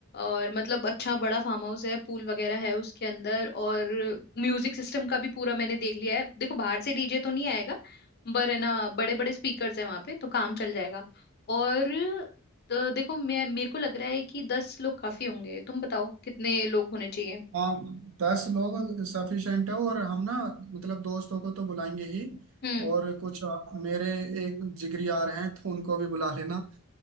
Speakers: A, on the left (about 45°); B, on the right (about 65°).
A: और मतलब अच्छा बड़ा फार्म हाउस है पूल वगैरह है उसके अंदर और म्यूजिक सिस्टम का भी पूरा मैंने देख लिया है देखो बाहर से डीजे तो नहीं आएगा पर है ना बड़े बड़े स्पीकर्स हैं वहाँ पे तो काम चल जाएगा और तो देखो मैं मेरे को लग रहा है कि दस लोग काफी होंगे तुम बताओ कितने लोग होने चाहिए
B: हाँ दस लोग सफिशिएंट है और हम ना मतलब दोस्तों को तो बुलाएंगे ही
A: हम्म
B: और कुछ मेरे एक जिगरी यार हैं तो उनको भी बुला लेना